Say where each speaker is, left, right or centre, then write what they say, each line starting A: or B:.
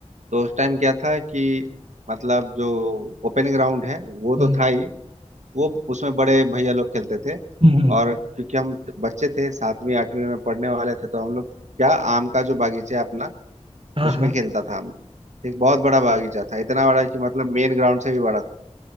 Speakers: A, on the right; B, on the right.
A: तो उस टाइम क्या था कि मतलब जो ओपन ग्राउंड है वो तो
B: हम्म
A: था ही वो उसमें बड़े भैया लोग खेलते थे
B: हम्म,
A: और क्योंकि हम बच्चे थे सातवीं आठवीं में पढ़ने वाले थे तो हम लोग क्या आम का जो बागीचा है अपना
B: हाँ
A: उसमें
B: हाँ
A: खेलता था हम एक बहुत बड़ा बागीचा था इतना बड़ा कि मतलब मेन ग्राउंड से भी बड़ा था